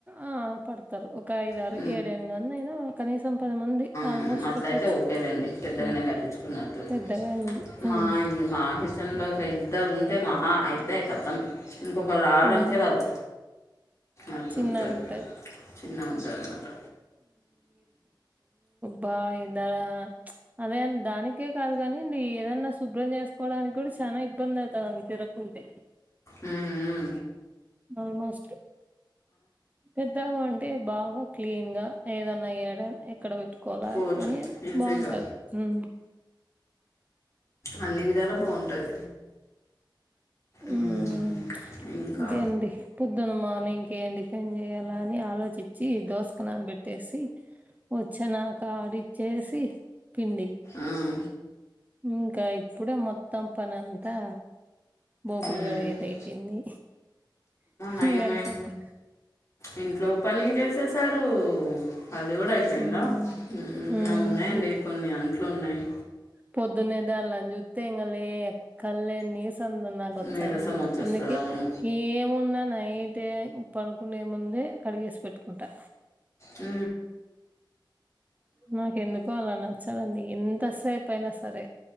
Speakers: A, on the right; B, on the left.
A: ఆ పడతారు ఒక ఐదారు
B: ఉమ్,
A: ఏడెనిమిది మందయినా కనీసం పది మంది ఆల్మోస్ట్
B: ఉ అట్లయితే
A: పట్టొచ్చు
B: ఓకేలేండి పెద్దగానే
A: ఉమ్
B: కట్టించుకున్నట్టుర్
A: పెద్దగా ఉంది
B: మా
A: ఉమ్
B: ఇల్ మాకిస్ కిచన్ లో ఒక ఇద్దరు ఉంటే మహా అయితే కతం ఇంకొకర్ రావడానికే
A: ఉమ్
B: రాదు అట్టుంది
A: చిన్నగుంటది
B: చిన్న ఉంటాదన్నమాట
A: బాఇన్ దానా అదేన్ దానికే కాదు కానీండి ఏదన్నా శుభ్రం చేస్ కోడానికి కూడా చానా ఇబ్బందవుతది తిరకుంటే
B: ఊ ఊ
A: ఆల్మోస్ట్ పెద్దగా ఉంటే బాగా క్లీన్ గా ఏదన్నా ఎయ్యాడా ఎక్కడ పెట్టుకోవాలా
B: కోవచ్చు
A: అనేది
B: ఈజీగా
A: బాగుంటది ఊ
B: అన్ని విధాలా బాం టది ఊ
A: ఉమ్
B: ఇంకా
A: ఇదే అండి పొద్దున మార్నింగ్ కి ఏం టిఫెన్ చెయ్యాల అని ఆలోచిచి దోశకు నాన్ బెట్టేసి వచ్చినాక ఆడిచ్చేసి పిండి
B: ఆవ్
A: ఇంకా ఇప్పుడే మొత్తం పనంతా బోకులు
B: అమ్మ
A: గడగేది అయిపోయింది
B: నయమే
A: ఇంగంన్ తప్పదు
B: ఇంట్లో పని చేసేసారు అది కూడా అయిపోయిందా
A: ఉమ్
B: ఊ
A: ఉమ్
B: నా ఉన్నాయండి కొన్ని అంట్లున్నాయి
A: పొద్దునేదాలన్ జుత్ంగ లే కల్ళె నీసంద నాక్ వచ్చాదండి
B: నీరసం వచ్చేస్తుంది
A: అందుకే
B: అవును
A: ఏమున్నా నైటె పనుకునే ముందే కడిగేస్ పెట్టుకుంటా
B: ఊ
A: నాకెందుకో అలా నచ్చదండి ఎంతసేపైనా సరే